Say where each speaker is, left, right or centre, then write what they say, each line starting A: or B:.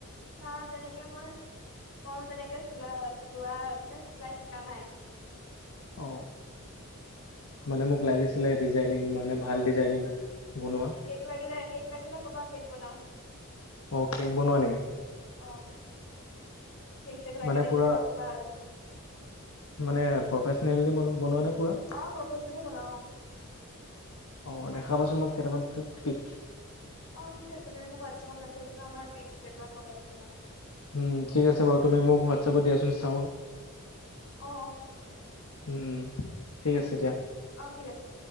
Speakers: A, on the left; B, on the left.
A: না, তেনেকে মই মই তেনেকে চিলা চিলোৱা মানে চিলাই শি কা নাই
B: অ মানে মোক লাগিছিলে ডিজাইনিং মানে ভাল ডিজাইনিং বনোৱা
A: কেক লাগিলে কেক লাগিলে কবা কেক বনাওঁ
B: অ কেক বনোৱা নেকি
A: অ কেক চেক লাগিলে
B: মানে
A: কেতিয়াবা
B: পূৰা
A: কবা আৰু
B: মানে প্ৰফেচনেলি বনোৱা নে পূৰা
A: অ প্ৰফেচনে বনাও
B: অ দেখাবা চোন মোক কেইটামান পিক পিক
A: অ ঠিক আছে হব দে তুমি মোক হোৱাটচ এপত মেছেজ দিবা মই পিক্স কেটামান পঠাই দিম তোমাক।
B: উম ঠিক আছে বাৰু তুমি মোক হোৱাটছএপত দিয়াচোন চাও।
A: অ অ দিম দিয়া।
B: উম, উম, ঠিক
A: অ
B: আছে
A: দি আছোঁ
B: দিয়া
A: অ ঠিক আছে।